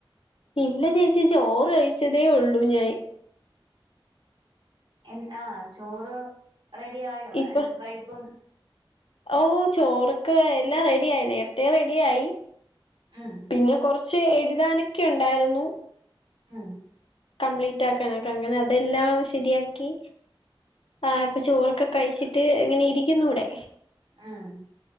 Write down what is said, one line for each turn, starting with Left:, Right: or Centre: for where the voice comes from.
Left: ഇല്ല ചേച്ചി ചോറ് കഴിച്ചതേ ഉള്ളൂ ഞൻ
Right: എ ആ ചോറ് റെഡി ആായോ
Left: ഇപ്പൊ
Right: കഴിപ്പും
Left: ഓ ചോറൊക്കെ എല്ലാം റെഡിയായി നേരത്തെേ റെഡി ആയി
Right: ആഹ
Left: ഇന്ന് കുറച്ച് എഴുതാനൊക്കെ ഉണ്ടായിരുന്നു.
Right: ആ
Left: കംപ്ലീറ്റ് ആക്കാനൊക്കെ അങ്ങനെ അതെല്ലാം ശെരിയാക്കി ആ ഇപ്പൊ ചോറൊക്കെ കഴിച്ചിട്ട് ഇങ്ങനെ ഇരിക്കുന്നു വിടെ
Right: ആഹ